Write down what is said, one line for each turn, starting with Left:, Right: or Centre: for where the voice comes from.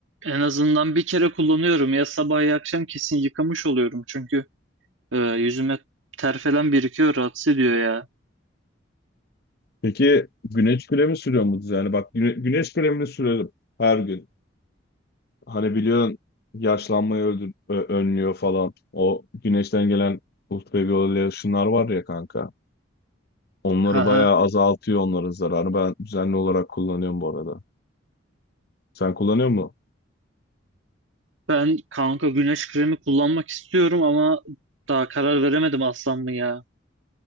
Right: en azından bir kere kullanıyorum. Ya sabah ya akşam kesin yıkamış oluyorum. Çünkü e, yüzüme ter falan birikiyor, rahatsız ediyor ya.
Left: Peki güneş kremi sürüyor mu düzenli? Bak güne- güneş kremini sürerim her gün. Hani biliyorsun yaşlanmayı öldür, ö- önlüyor falan. O güneşten gelen ultraviyole ışınlar var ya kanka. Onları
Right: Haha.
Left: bayağı azaltıyor onların zararı. Ben düzenli olarak kullanıyorum bu arada. Sen kullanıyor musun?
Right: Ben kanka güneş kremi kullanmak istiyorum ama daha karar veremedim alsam mı ya?